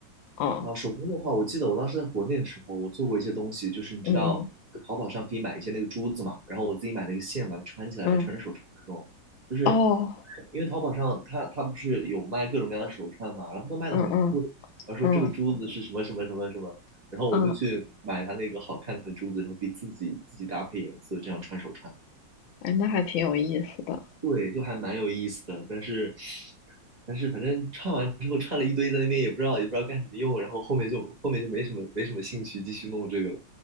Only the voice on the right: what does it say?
啊，手工的话，我记得我当时在国内的时候，我做过一些东西，就是你知道淘宝上可以买一些那个珠子嘛，
然后我自己买了一个线，把它穿起来，
穿着手串那种，就是
因为淘宝上它它不是有卖各种各样的手串嘛，然后他们卖的很贵，
然后说这个珠子是什么什么什么什么，
然后我就去买它那个好看的珠子，
然后可以自己自己搭配颜色，这样穿手串。
对，就还蛮有意思的，但是，但是反正唱完之后唱了一堆，在那边也不知道也不知道干什么用，然后后面就后面就没什么没什么兴趣继续弄这个了。